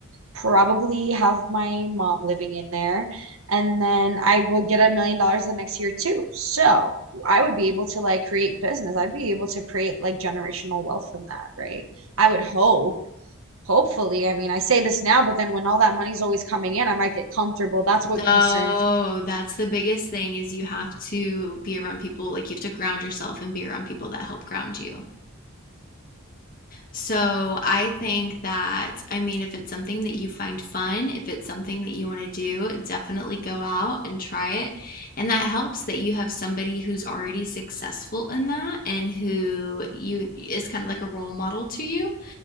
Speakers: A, on the right (about 75°); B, on the left (about 40°).
A: Probably have my mom living in there, and then I would get a million dollars the next year too. So I would be able to like create business. I'd be able to create like generational wealth from that, right? I would hope. Hopefully, I mean, I say this now, but then when all that money's always coming in, I might get comfortable. That's what concerns
B: No,
A: me.
B: that's the biggest thing is you have to be around people, like you have to ground yourself and be around people that help ground you. So I think that, I mean, if it's something that you find fun, if it's something that you want to do, definitely go out and try it. And that helps that you have somebody who's already successful in that and who you is kind of like a role model to you.